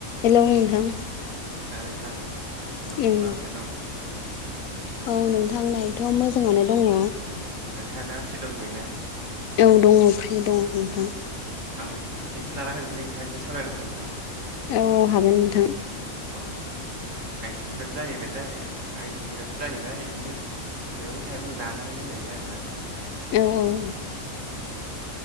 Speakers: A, on the left; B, on the right.
A: Hello नोंथां
B: नोंथां
A: ओं
B: माबोरै दं
A: औ नोंथां दायोथ' मोजाङानो दङ
B: अ नोंथाङा दा फ्रि दंथ'यो ना
A: औ दङ फ्रि दङ नोंथां
B: आं मोनसे टफिकसो लाना फैदोंमोनलै नोंथांजों सावरायनो हागोन नामा
A: औ हागोन नोंथां
B: अ आंनि टपिकआ' जाहैबायथाय आंनि थटपिकआथ' जाहैबाय बिदिनो मैगं थाइगं जानाय लोंनायनि आरो ना नोंथां
A: औ औ